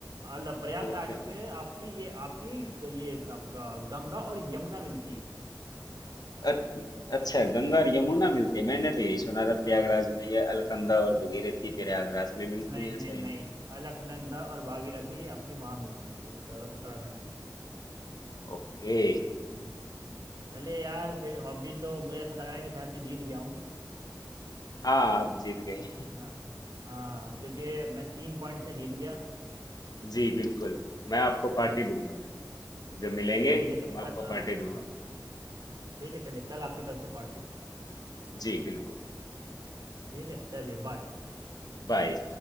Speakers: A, on the right; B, on the left.
A: अल प्रयागराज
B: ओके
A: पे आपकी ये आपकी ये आपका गंगा और यमुना मिलती हैं
B: अच- अच्छा गंगा और यमुना मिलती है मैंने तो यही सुना था प्रयागराज
A: हाँ
B: में ये अलकनंदा और भगीरथी प्रयागराज में मिलती
A: नहीं
B: है
A: नहीं
B: अच्छा ये
A: नहीं अलकनंदा और भागीरथी आपकी वहाँ मिलती हैं उत्तर उत्तराखंड में
B: ओके
A: हम्म, हम्म। चलिए यार फिर अभी तो मुझे ऐसा लग रहा है कि शायद मैं जीत गया हूँ
B: हाँ आप जीत गए
A: हाँ हाँ क्योंकि मैं तीन पॉइंट से जीत गया
B: जी बिल्कुल मैं आपको
A: हम्म
B: पार्टी दूंगा फिर। जब मिलेंगे
A: चलिए ठीक
B: तो
A: है तो
B: मैं
A: कल
B: आपको
A: हाँ
B: पार्टी
A: हाँ
B: दूंगा
A: ठीक है चलिए कल आपकी तरफ से पार्टी
B: जी बिल्कुल
A: ठीक है चलिए बाय
B: बाय